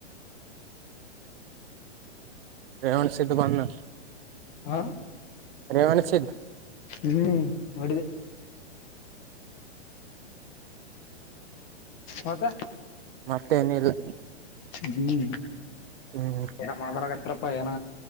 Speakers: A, on the right (about 55°); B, on the left (about 30°).
A: ರೇವಣ್ಣ ಸಿದ್ದುು ಬನ್ನ
B: ಹಾ
A: ರೇವಣ್ಣಸಿದ್
B: ಹ್ಮ ನೋಡಿದೆ ಮತ್ತೆ
A: ಮತ್ತೇನಿಲ್ಲ
B: ಹ್ಮ್
A: ಹ್ಮ್
B: ಏನ ಮಾತಾಡಕತಿರ್ ಅಪ್ಪ ಏನ